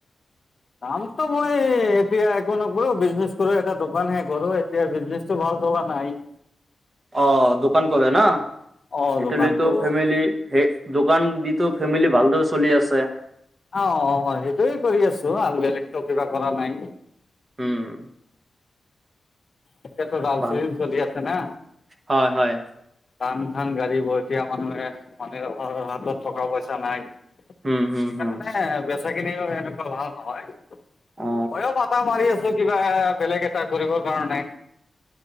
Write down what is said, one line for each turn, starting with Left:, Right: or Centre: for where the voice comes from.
Left: কামটো মইয়ে এতিয়া একো নকৰোঁ, বিজনেছ কৰোঁ, এটা দোকান হে কৰোঁ, এতিয়া বিজনেছ। টো ভাল চলা নাই।
Right: অ', দোকান কৰে না,
Left: অ
Right: এইটো
Left: দোকান
Right: লৈতো
Left: কৰো
Right: ফেমিলি। সেই দোকান দিতো ফেমিলি ভালদৰে চলি আছে।
Left: আও, অ', হয় সেইটোয়ে কৰি আছোঁ, আও বেলেগতো কিবা কৰা নাই।
Right: উম।
Left: এতিয়াতো ডাল-ছিজেন
Right: ভাল
Left: চলি আছে না।
Right: হয় হয়
Left: ধান চান গাড়ীব এতিয়া মানুহে, মানে হাতত টকা পইচা নাই।
Right: উম হুম
Left: সেইকাৰণে
Right: হুম
Left: বেছা খিনিও এনেকুৱা ভাল নহয়।
Right: অ
Left: মইয়ো মাথা মাৰি আছো, কিবা এ বেলেগ এটা কৰিব কাৰণে।